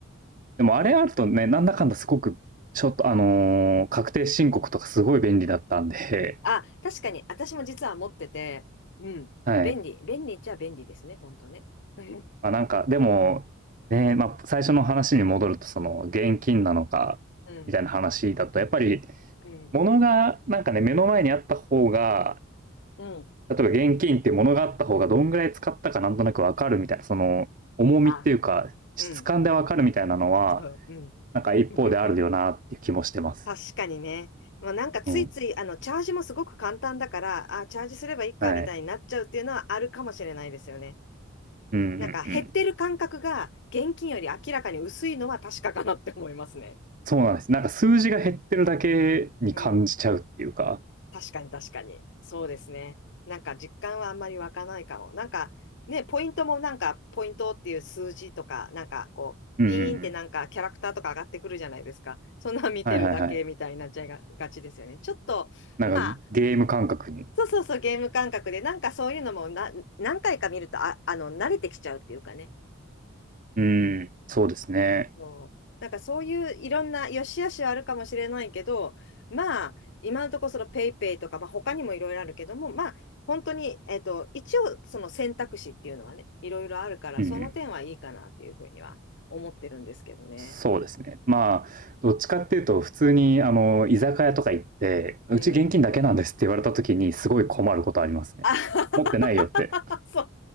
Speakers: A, on the right (about 45°); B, on the left (about 65°).
A: でもあれあるとね、なんだかんだすごく、ちょっとあのー確定申告とかすごい便利だったんで、
B: あ、確かに、私も実は持ってて、うん、
A: <laughs> はい。
B: 便利、便利っちゃ便利ですね、本当ね。<laughs> う
A: まあなんかでもねまあ、最初の話に戻るとその現金なのかみたいな話だとやっぱり
B: ん、うん、うん、
A: 物がなんかね目の前にあった方が
B: うん。
A: 例えば現金って物があった方がどんぐらい使ったかなんとなく分かるみたいなその重みっていうか質感で分かるみたいなのは
B: あ、うん、そう、うん。
A: なんか一方であるよなっていう気もしてます。
B: <laughs> 確かにね。まあ、なんかついつい、
A: うん、
B: あの、チャージもすごく簡単だから、あ、チャージすればいいかみたいになっちゃうっていうのはあるかもしれないですよね。
A: はいうんうんうん、
B: なんか減ってる感覚が現金より明らかに薄いのは確かかなって思いますね。
A: そうなんです。なんか数字が減ってるだけに感じちゃうっていうか、
B: うん。確かに確かに。そうですね。なんか実感はあんまり湧かないかも。なんかね、ポイントもなんかポイントっていう数字とか、なんかこう、
A: うん、
B: ピーンってなんかキャラクターとか上がってくるじゃないですか。
A: うん、
B: そんなん見てるだけみたいになっちゃいが、
A: はいはいはい。
B: がちですよね。ちょっと、
A: なんかゲーム感覚に
B: まあ、そうそうそう、ゲーム感覚で、なんかそういうのもな何回か見ると、あ、あの、慣れてきちゃうっていうかね。
A: うん、そうですね。
B: そうなんかそういういろんな良し悪しはあるかもしれないけど、まあ、今のところそのペイペイとか、まあ、他にもいろいろあるけども、まあ、本当に、えっと、一応その選択肢っていうのはね、いろいろあるから、
A: うん、
B: その点はいいかなっていうふうには思ってるんですけどね。
A: そうですね。まあ、どっちかっていうと、普通に、あの、居酒屋とか行って、うち現金だけなんですって言われた時に、
B: うん。
A: すごい困ることありますね。
B: あ
A: 持ってないよって。
B: <laughs> そ